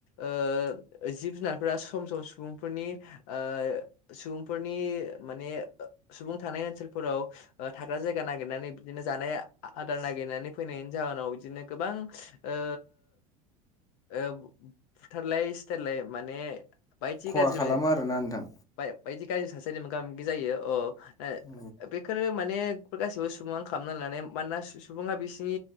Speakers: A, on the left; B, on the left.
A: ओ जिब जुनारफोरा सम सम सुबुंफोरनि ओ सुबुंफोरनि माने सुबुं थानाय ओनसोलफोराव ओ थाग्रा जायगा नागिरनानै बिदिनो जानाय आ-आदार नागिरनानै फैनायनि जा जाहोनाव बिदिनो गोबां ओ ओ फुथारलाय सि थारलाय माने बायदि
B: खहा
A: गाज्रि
B: खालामो आरोना नोंथां
A: बाय बायदि गाज्रि थासारि मोगा मोगि जायो अ ओ
B: औ
A: बेफोरो माने बेफोर गासिबो सुबुङानो खालामनानै लानाय। मानोना सु-सुबुङा बिसोरनि